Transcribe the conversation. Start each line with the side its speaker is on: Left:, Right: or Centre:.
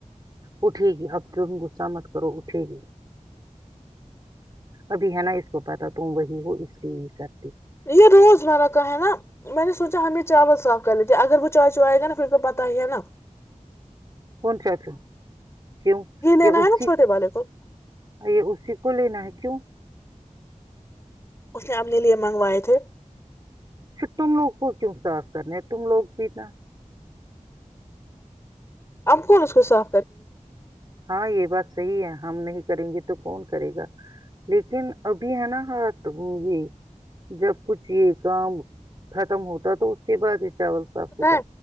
Right: اٹھے گی اب تم غصہ مت کرو اٹھے گی ابھی ہے نا اس کو پتا تم وہی ہو اس لیے ہی کر
Left: یہ روز مرہ کہ نا میں نے سچ ہمیں چاول صاف کر لیتے ہیں اگر وہ چائے چو آئے گا نا پھر تو پت ہی ہے نا
Right: کون سا ہے تو کیوں یہ
Left: لینا
Right: اسی
Left: ہے نا چھوٹے والے کو
Right: یہ اسی کو لینا ہے کی کیوں
Left: اس نے اپنے لیے منگوائے تھے
Right: پھر تم لوگ کو کیوں صاف کرنے ہیں تم لوگ پیننا
Left: اپ کون اس کو سا
Right: ہاں یہ بات صحی ہے ہم نہیں کریں گے تو کون کرے گا لیکن ابھی ہے نا ہات یہ جب کچھ یہ کام ختم ہوتا تو اس کے بعد چاول صاف
Left: پتا
Right: ہوتا
Left: ہے